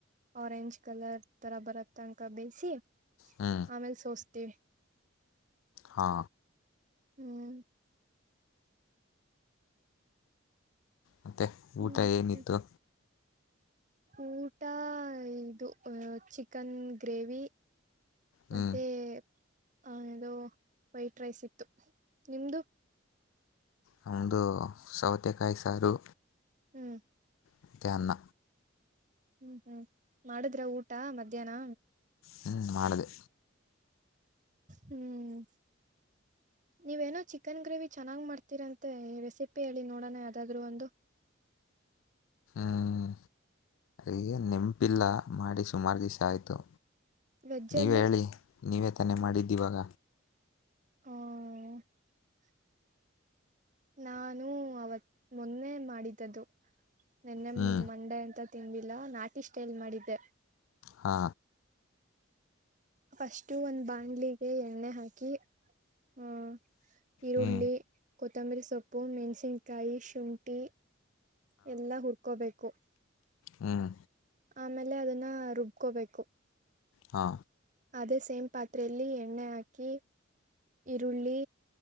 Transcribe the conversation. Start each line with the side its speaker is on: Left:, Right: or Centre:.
Right: ಆರೆಂಜ್ ಕಲರ್ ತರ ಬರ ತನಕ ಬೇಯಿಸಿ
Left: ಹ್ಞೂ
Right: ಆಮೇಲ್ ಸೋಸ್ತ ತ್ತೆ <unintelligible>
Left: ಹಾ
Right: ಹ್ಮ್
Left: ಮತ್ತ
Right: ಹ್ಮ್
Left: ಊಟ ಏನಿತ್ತು
Right: ಹ್ಮ್ ಊಟ ಇದು ಚಿಕನ್ ಗ್ರೇವಿ ಮತ್ತೆ
Left: ಹ್ಞೂ
Right: ಹನದು ವೈಟ್ ರೈಸ್ ಇತ್ತು ನಿಮ್ದು
Left: ನಮ್ದು ಸೌತೆಕಾಯಿ ಸಾರು
Right: ಹ್ಮ್
Left: ಮತ್ತೆ ಅನ್ನ
Right: ಹ್ಮ್ ಹ್ಮ್ ಮಾಡುದ್ರ ಊಟ ಮಧ್ಯಾಹ್ನ
Left: ಹ್ಮ್ ಮಾಡಿದೆ
Right: ಹ್ಮ್ ನೀವೇನೋ ಚಿಕನ್ ಗ್ರೇವಿ ಚೆನ್ನಾಗ್ ಮಾಡ್ತೀರಂತೆ ರೆಸಿಪಿ ಹೇಳಿ ನೋಡೋಣ ಯಾವ್ದಾದ್ರು ಒಂದು
Left: ಹ್ಮ್ ಈಗ ನೆಂಪಿಲ್ಲ ಮಾಡಿ ಸುಮಾರು ದಿವ್ಸ ಆಯ್ತು
Right: ವೆಜ್
Left: ನೀವೆ
Right: ಅಲ್ಲಿ
Left: ಹೇಳಿ ನೀವೇ ತಾನೆ ಮಾಡಿದ್ದೀವಾಗ
Right: ಹ್ಮ ನಾನು ಅವತ್ ಮೊನ್ನೆ ಮಾಡಿದ್ದ್ದು ನಿನ್ನೆ
Left: ಹ್ಞೂ
Right: ಮಂಡೆ ಅಂತ ತಿಂಬಿಲ್ಲಾ ನಾಟಿ ಸ್ಟೈಲ್ ಮಾಡಿದ್ದೆ
Left: ಹಾ
Right: ಫಸ್ಟು ಒಂದ್ ಬಾಣ್ಲಿಗೆ ಎಣ್ಣೆ ಹಾಕಿ ಹ್ಮ ಈರುಳ್ಳಿ
Left: ಹ್ಞೂ
Right: ಕೊತ್ತಂಬರಿ ಸೊಪ್ಪು ಮೆಣ್ಸಿನ್ಕಾಯಿ ಶುಂಠಿ ಎಲ್ಲಾ ಹುರ್ಕೊಬೇಕು ಕ್ಕು
Left: ಹ್ಮ್
Right: ಆಮೇಲೆ ಅದನ್ನ ರುಬ್ಕೋಬೇಕು
Left: ಹಾ
Right: ಅದೇ ಸೇಮ್ ಪಾತ್ರೆಯಲ್ಲಿ ಎಣ್ಣೆ ಹಾಕಿ ಈರುಳ್ಳಿ